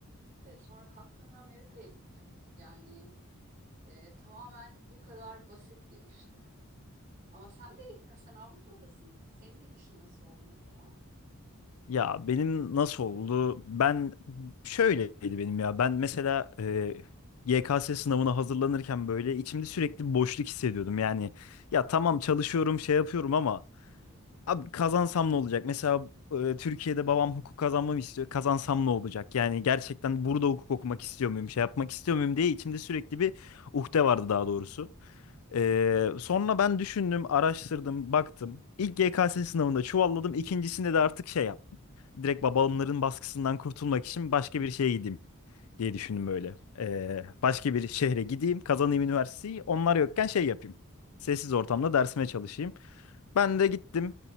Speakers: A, on the right; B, on the left.
A: E, sonra kalktım ve Amerika'ya gittim. Yani e, tamamen bu kadar basit gelişti. Ama sen de gittin, sen Avrupa'dasın. Senin gidişin nasıl oldu mesela?
B: Ya benim nasıl oldu? Ben şöyleydi benim ya. Ben mesela e, YKS sınavına hazırlanırken böyle içimde sürekli bir boşluk hissediyordum. Yani ya tamam çalışıyorum, şey yapıyorum ama abi kazansam ne olacak? Mesela e, Türkiye'de babam hukuk kazanmamı istiyor. Kazansam ne olacak? Yani gerçekten burada hukuk okumak istiyor muyum, şey yapmak istiyor muyum diye içimde sürekli bir uhde vardı daha doğrusu. Ee, sonra ben düşündüm, araştırdım, baktım. İlk GKS sınavında çuvalladım. İkincisinde de artık şey yap. Direkt babamların baskısından kurtulmak için başka bir şeye gideyim diye düşündüm böyle. Ee, başka bir şehre gideyim, kazanayım üniversiteyi. Onlar yokken şey yapayım. Sessiz ortamda dersime çalışayım. Ben de gittim.